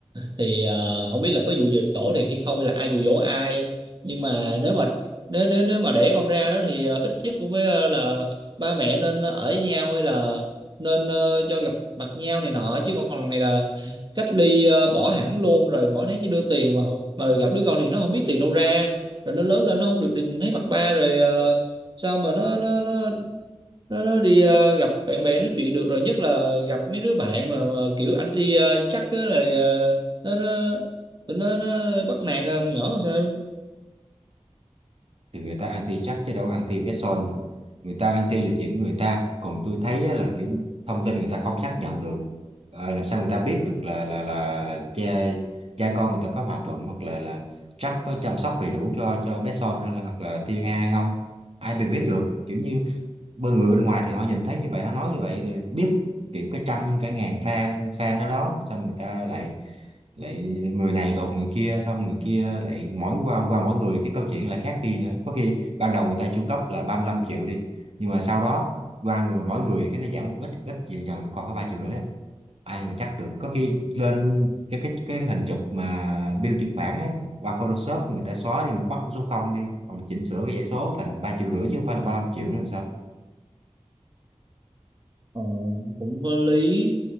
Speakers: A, on the right (about 45°); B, on the right (about 65°).
A: thì ờ, không biết là có dụ dỗ thì hay không hay là ai dụ dỗ ai nhưng mà nếu mà nếu nếu nếu mà đẻ con ra đó thì ờ, ít nhất cũng phải ờ, là ba mẹ nên ờ, ở với nhau hay là nên ờ, cho gặp mặt nhau này nọ chứ còn này là cách ly ờ, bỏ hẳn luôn rồi mỗi tháng chỉ đưa tiền mà mà gặp đứa con thì nó không biết tiền đâu ra rồi nó lớn lên nó không được nhìn thấy mặt ba rồi ờ, sao mà nó nó nó nó nó đi ờ, gặp bạn bè nói chuyện được rồi nhất là gặp mấy đứa bạn mà, mà kiểu anti ờ, chắc á rồi ờ, nó nó tụi nó nó bắt nạt ờ, nhỏ làm sao
B: thì người ta anti chắc chứ đâu có anti bé son được người ta anti là chuyện người ta còn tôi thấy á là kiểu thông tin người ta không xác nhận được Ờ, làm sao người ta biết được là là là cha cha con người ta có hòa thuận hoặc là là chắc có chăm sóc đầy đủ cho cho bé son hay là hoặc là Thiên Nga hay không ai bị biết được kiểu như bởi người bên ngoài thì họ nhìn thấy như vậy họ nói như vậy rồi biết kiểu cái trăm cái ngàn fan fan ở đó xong người ta lại lại người này đồn người kia xong người kia lại mỗi qua qua mỗi người cái câu chuyện lại khác đi nữa có khi ban đầu người ta chu cấp là 35 triệu đi nhưng mà sau đó qua người mỗi người cái nó giảm một ít ít dần dần nó còn có ba triệu rưỡi à. ai mà chắc được có khi lên cái cái cái hình chụp mà bill chuyển khoản ấy qua Photoshop người ta xóa đi một mắt của số không đi hoặc là chỉnh sửa cái dãy số thành ba triệu rưỡi chứ không phải là 35 triệu nữa là sao
A: ờ, cũng có lý